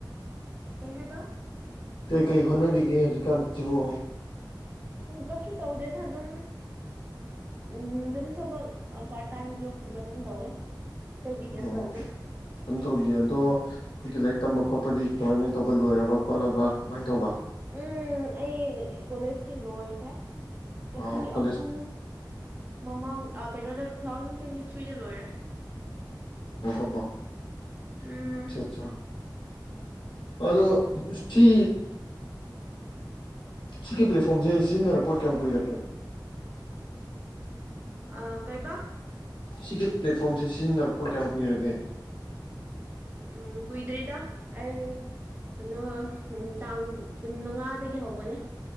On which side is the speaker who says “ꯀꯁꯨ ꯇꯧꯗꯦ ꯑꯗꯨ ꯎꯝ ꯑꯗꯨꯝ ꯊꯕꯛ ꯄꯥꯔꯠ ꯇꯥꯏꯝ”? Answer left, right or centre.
Right